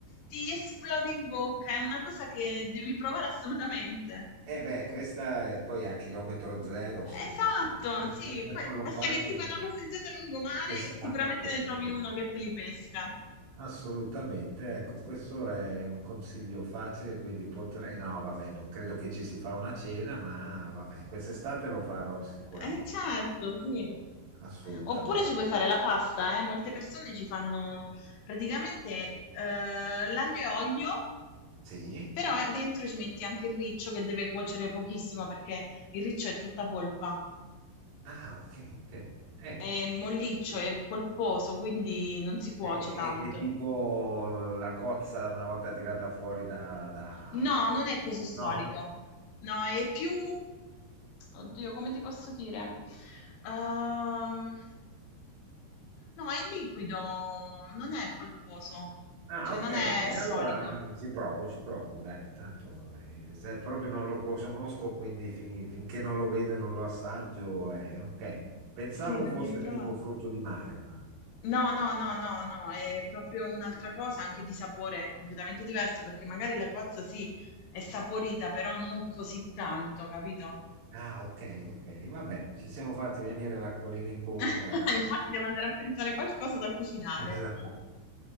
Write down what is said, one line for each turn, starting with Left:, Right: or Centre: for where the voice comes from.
Left: ti esplode in bocca, è una cosa che devi provare assolutamente.
Right: Eh beh, questa è poi a chilometro zero, se,
Left: Esatto,
Right: se- <laughs>
Left: sì,
Right: se
Left: poi
Right: non lo
Left: basta
Right: faccio.
Left: che ti
Right: non-
Left: fai una passeggiata lungomare
Right: <laughs> Esatto,
Left: e sicuramente
Right: sì.
Left: ne trovi
Right: sì.
Left: uno che te li pesca.
Right: Assolutamente, ecco, questo è un consiglio facile, quindi potrei... No, vabbè, non credo che ci si fa una cena, ma vabbè, quest'estate lo farò sicuramente,
Left: Eh certo, sì.
Right: assolutamente.
Left: Oppure ci puoi fare la pasta, eh. Molte persone ci fanno praticamente eh, l'aglio e olio,
Right: Sì?
Left: però dentro ci metti anche il riccio che deve cuocere pochissimo perché il riccio è tutta polpa,
Right: Ah, ok, ok. Eh.
Left: è molliccio, è polposo, quindi non si cuoce
Right: È, è-
Left: tanto.
Right: è tipo la cozza una volta tirata fuori da, da-
Left: No, non è così solido.
Right: No?
Left: No, è più oddio, come ti posso dire? Ehm, no, è liquido, non è polposo,
Right: Ah,
Left: cioè
Right: ok,
Left: non è
Right: ok,
Left: solido.
Right: allora ci provo, ci provo, dai, tanto eh, se proprio non lo conosco, quindi fin- finché non lo vedo e non lo assaggio, eh, ok. Pensavo
Left: Sì, non
Right: fosse
Left: devi provare.
Right: tipo frutto di mare, ma...
Left: No, no, no, no, no, è proprio un'altra cosa, anche di sapore è completamente diverso, perché magari la cozza sì, è saporita, però non così tanto, capito?
Right: Ah, ok, ok, vabbè, ci siamo fatti venire l'acquolina in bocca.
Left: <laughs> Infatti
Right: <laughs>
Left: devo andare a pensare qualcosa da cucinare.
Right: Esatto.